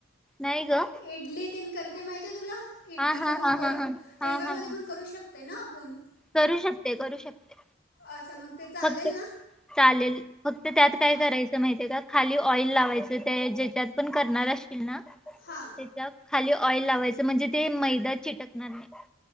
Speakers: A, in the centre; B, on the left.
A: नई ग
B: इडली तीन करते माहितीय तुला? इडलीचा
A: हा हा
B: कुकर
A: हा हा हा
B: त्याच्यामध्ये
A: हा हा हा
B: पण करू शक ते ना आपण
A: करू शकते, करू शकते.
B: अच्छा मग ते चालेल
A: फक्त
B: ना
A: चालेल फक्त त्यात काय
B: हां
A: करायचं माहिती का खाली ऑइल लावायचं ते ज्याच्यात पण करणार अस कि ना त्याच्या
B: हां
A: खाली ऑइल लावायचं म्हणजे ते मैदा चिटकणार नाही.